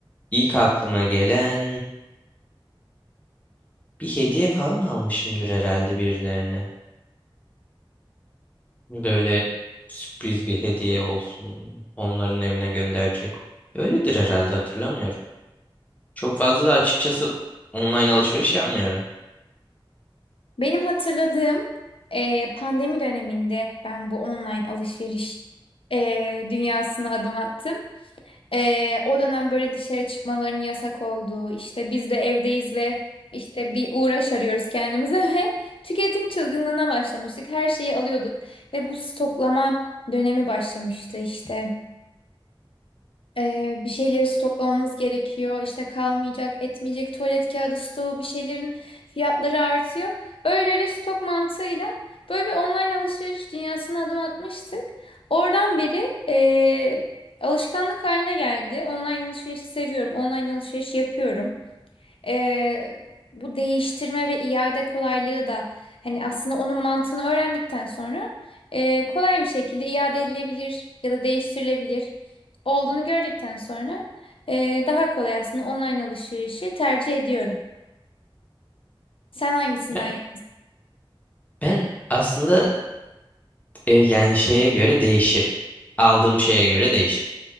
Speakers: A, on the left; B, on the left.
A: ilk aklıma gelen bir hediye falan almışımdır herhalde birilerine. Böyle sürpriz bir hediye olsun. Onların evine göndereceğim. Öyledir herhalde hatırlamıyorum. Çok fazla da açıkçası online alışveriş yapmıyorum.
B: Benim hatırladığım eee, pandemi döneminde ben bu online alışveriş eee, dünyasına adım attım. Eee, o dönem böyle dışarı çıkmaların yasak olduğu, işte biz de evdeyiz ve işte bir uğraş arıyoruz kendimize <laughs> ve tüketim çılgınlığına başlamıştık. Her şeyi alıyorduk ve bu stoklama dönemi başlamıştı işte. Ee, bir şeyleri stoklamamız gerekiyor. İşte kalmayacak, etmeyecek tuvalet kağıdı stoğu bir şeylerin fiyatları artıyor. Öyle öyle stok mantığıyla böyle bir online alışveriş dünyasına adım atmıştık. Oradan beri eee, alışkanlık haline geldi. Online alışverişi seviyorum. Online alışveriş yapıyorum. Ee, bu değiştirme ve iade kolaylığı da hani aslında onun mantığını öğrendikten sonra e, kolay bir şekilde iade edilebilir ya da değiştirilebilir olduğunu gördükten sonra e, daha kolay aslında online alışverişi tercih ediyorum. Sen hangisinden
A: Ben
B: yana?
A: ben aslında E, yani şeye göre değişir. Aldığım şeye göre değişir.